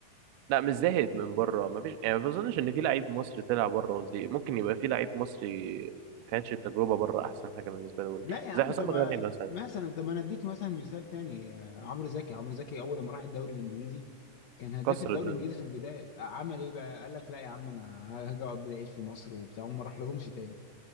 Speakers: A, on the right (about 70°); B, on the left (about 70°).
A: لا مش زاهد من بره ما فيش يعني ما بظنش ان في لعيب مصري طلع بره وزي ممكن يبقى في لعيب مصري ما كانتش التجربه بره احسن حاجه بالنسبه له
B: لا يا عم
A: زي حسام
B: طب
A: غالي مثلا
B: مثلا طب انا اديك مثلا مثال تاني آه، عمرو زكي عمرو زكي اول ما راح الدوري الانجليزي كان هداف
A: كسر
B: الدوري
A: الدنيا
B: الانجليزي في البدايه عمل ايه بقى قال لك لا يا عم انا هاجي اقضي العيد في مصر وبتاع وما راح لهمش تاني